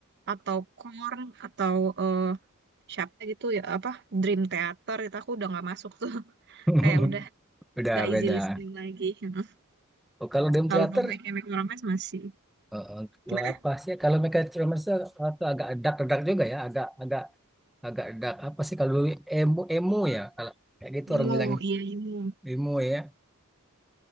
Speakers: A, on the right; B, in the centre.
A: atau Korn atau eh, siapa gitu ya apa Dream Theater itu aku udah nggak masuk tuh. <laughs>
B: <laughs>
A: Kayak udah
B: Udah
A: nggak
B: beda.
A: easy listening lagi. <laughs>
B: Oh, kalau Dream
A: Kalau
B: Theater
A: My Chemical Romance masih
B: eh, eh, gua
A: gimana?
B: apa sih? Kalau Michael Romance itu agak dark-dark juga ya, agak agak agak dark apa sih kalau dulu emo emo ya kalau kayak gitu
A: Emo,
B: orang bilangnya
A: iya emo.
B: emo ya.